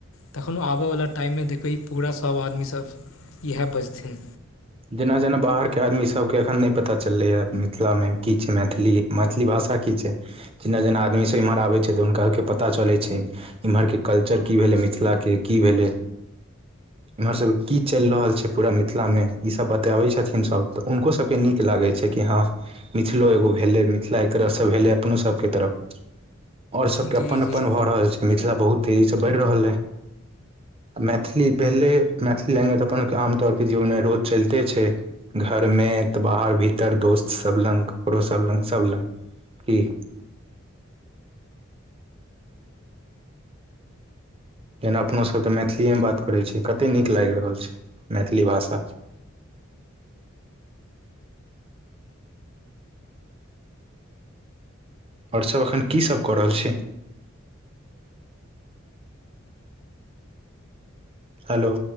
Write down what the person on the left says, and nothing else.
तखनो आबो वला टाइम मे देखबै पूरा सभ आदमी सब इएह बजथिन।
जी
जी